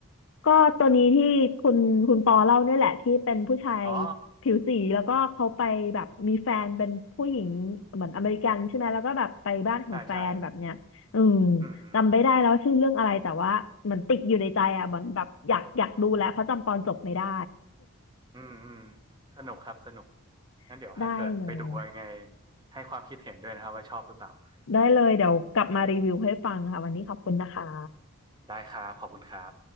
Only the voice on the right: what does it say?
อ๋อ
ใช่ใช่ อืมอืม
อืมอืมสนุกครับสนุก
งั้นเดี๋ยวถ้าเกิดไปดูยังไง
ให้ความคิดเห็นด้วยนะครับว่าชอบหรือเปล่าโอเค
ได้ครับขอบคุณครับ